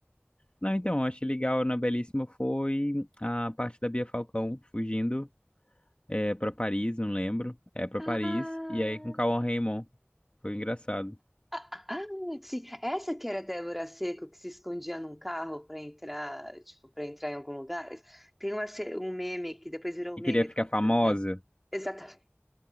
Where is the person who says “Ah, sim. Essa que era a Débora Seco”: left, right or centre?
Centre